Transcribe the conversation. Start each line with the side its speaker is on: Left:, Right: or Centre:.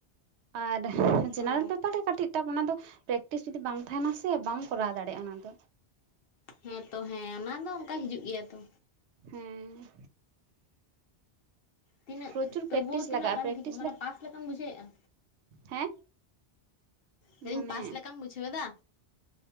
Right: ᱟᱨ ᱡᱮᱱᱟᱨᱮᱞ
Left: ᱚ
Right: ᱯᱮᱯᱟᱨ ᱨᱮ ᱠᱟᱹᱴᱤᱡ ᱴᱟᱯ ᱚᱱᱟ ᱫᱚ ᱯᱨᱮᱠᱴᱤᱥ ᱡᱩᱫᱤ ᱵᱟᱝ ᱛᱟᱦᱮᱱᱟ ᱥᱮ ᱵᱟᱢ ᱠᱚᱨᱟᱣ ᱫᱟᱲᱮᱭᱟᱜᱼᱟ ᱚᱱᱟ ᱫᱚ
Left: ᱦᱮᱸᱛᱚ ᱦᱮᱸ ᱚᱱᱟ ᱫᱚ ᱚᱱᱠᱟ ᱦᱤᱡᱩᱜ ᱜᱮᱭᱟ ᱛᱚ
Right: ᱦᱮᱸ
Left: ᱛᱤᱱᱟᱹᱜ
Right: ᱯᱨᱚᱪᱩᱨ
Left: ᱛᱵᱩ
Right: ᱯᱨᱮᱠᱴᱤᱥ
Left: ᱛᱤᱱᱟᱹᱜ
Right: ᱞᱟᱜᱟᱜᱼᱟ
Left: ᱜᱟᱱ
Right: ᱯᱨᱮᱠᱴᱤᱥ
Left: ᱴᱷᱤᱠᱚᱜᱼᱟ ᱢᱟᱱᱮ ᱯᱟᱥ ᱞᱮᱠᱟᱢ ᱵᱩᱡᱷᱟᱹᱣᱮᱫ-ᱟ
Right: ᱦᱮᱸ
Left: ᱞᱟᱹᱭ ᱫᱤᱧ
Right: ᱢᱟᱱᱮ
Left: ᱯᱟᱥ ᱞᱮᱠᱟᱢ ᱵᱩᱡᱷᱟᱹᱣ ᱫᱟ